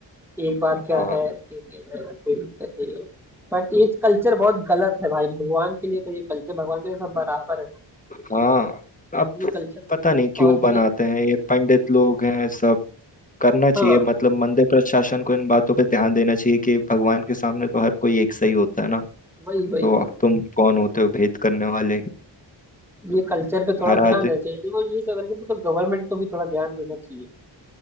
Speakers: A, in the centre; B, on the left (about 15°).
A: एक बार क्या
B: हाँ
A: है दे दिया जाएगा कोई दिक्कत नहीं है बट ये कल्चर बहुत गलत है भाई भगवान के लिए तो ये कल्चर भगवान के लिए सब बराबर है
B: हाँ अब
A: ये कल्चर
B: पता नहीं क्यों
A: बहुत
B: बनाते
A: ही
B: हैं ये पंडित लोग हैं सब करना चाहिए
A: हाँ
B: मतलब मंदिर प्रशासन को इन बातों पे ध्यान देना चाहिए कि भगवान के सामने तो हर कोई एक सही होता है ना
A: वही वही
B: तो
A: वही।
B: तुम कौन होते हो भेद करने वाले
A: ये कल्चर पे थोड़ा
B: हर आज
A: ध्यान देना चाहिए देखो ये सब कल्चर पे तो गवर्नमेंट को भी थोड़ा ध्यान देना चाहिए